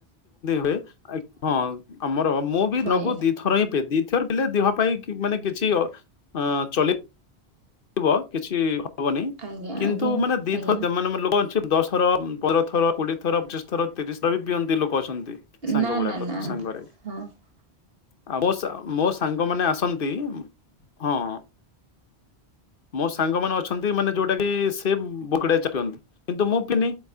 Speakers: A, on the left; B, on the right.
A: <unintelligible> ହଁ ଆମର ମୁଁ ବି
B: ହୁଏ
A: ଦିନକୁ ଦି ଥର ହିଁ ପିଏ। ଦି ଥର ପିଲେ ଦେହ ପାଇଁ ମାନେ କିଛି ଚଲେ। ଳିବ କିଛି। ହବନି
B: ଆଜ୍ଞା
A: କିନ୍ତୁ
B: ଆଜ୍ଞା
A: ମାନେ ଦି
B: ଆଜ୍ଞା
A: ଥର ଦେ ମାନେ ମାନେ ଲୋକ। ଦଶଥର ପନ୍ଦର ଥର କୋଡିଏ ଥର ପଚିଶ ଥର ତିରିଶ ଥର ବି ପିଅନ୍ତି ଲୋକ। ଛନ୍ତି ସାଙ୍ଗ
B: ନା
A: ଗୁଡାକ
B: ନା ନା
A: ସାଙ୍ଗରେ
B: ହଁ
A: ଆଉ ମୋ ମୋ ସାଙ୍ଗ ମାନେ ଆସନ୍ତି ହଁ। ମୋ ସାଙ୍ଗ ମାନେ ଅଛନ୍ତି ମାନେ ଯୋଉଟା କି ସେ ବୋକଡା ପିଅନ୍ତି କିନ୍ତୁ ମୁଁ ପିନି।